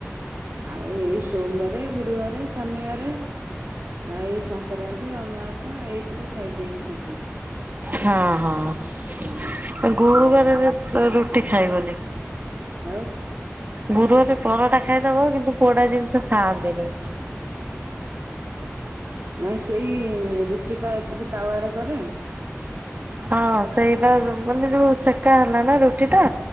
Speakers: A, on the right (about 55°); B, on the right (about 35°).
A: ଆଉ ଏଇ ସୋମବାରେ, ଗୁରୁବାରେ, ଶନିବାରେ ଆ ଏଇ ସଂକ୍ରାନ୍ତି, ଅମାବାସ୍ୟା ଏଇଥିରେ ଖାଇଦିଏ ରୁଟି।
B: ହଁ ହଁ
A: ହୁଁ
B: ଗୁରୁବାରରେ
A: ଆଉ
B: ରୁଟି ଖାଇବନି।
A: ଆଉ
B: ଗୁରୁବାରେ ପରଟା ଖାଇଦବ କିନ୍ତୁ ପୋଡା ଜିନିଷ ଖାଆନ୍ତିନି।
A: ନାଇଁ ସେଇ ରୁଟି ପା ଏଥିରେ ତାୱାରେ କରେ।
B: ହଁ ସେଇ ବା ମାନେ ଯୋଉ ସେକା ହେଲା ନା ରୁଟି ଟା